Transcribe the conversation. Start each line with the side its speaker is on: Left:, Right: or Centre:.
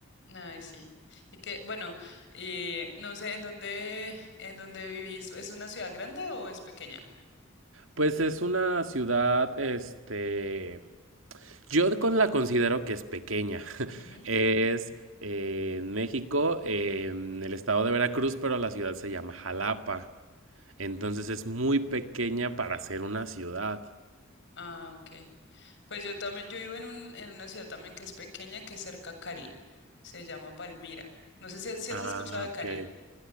Left: Ay, sí. Y que, bueno, eh, no sé, ¿en dónde, en dónde vivís? ¿Es una ciudad grande o es pequeña?
Right: Pues es una ciudad, este, yo con la considero que es pequeña, <laughs>
Left: Ujú.
Right: es eh, en México, en el estado de Veracruz, pero la ciudad se llama Jalapa. Entonces es muy pequeña para ser una ciudad.
Left: Ah, ok. Pues yo también, yo vivo en un, en una ciudad también que es pequeña, que es cerca a Cali. Se llama Palmira. No sé si, si has
Right: Ah,
Left: escuchado de
Right: ok.
Left: Cali.